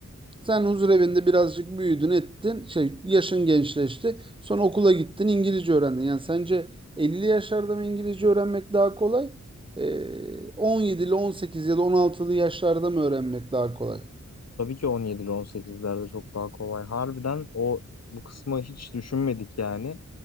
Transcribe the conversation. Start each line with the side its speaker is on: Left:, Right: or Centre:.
Right: Sen huzur evinde birazcık büyüdün, ettin. Şey, yaşın gençleşti. Sonra okula gittin, İngilizce öğrendin. Yani sence 50 yaşlarda mı İngilizce öğrenmek daha kolay? Ee, 17 ile sekiz ya da on altılı yaşlarda mı öğrenmek daha kolay?
Left: Tabii ki on yedili on sekizlerde çok daha kolay. Harbiden o bu kısmı hiç düşünmedik yani.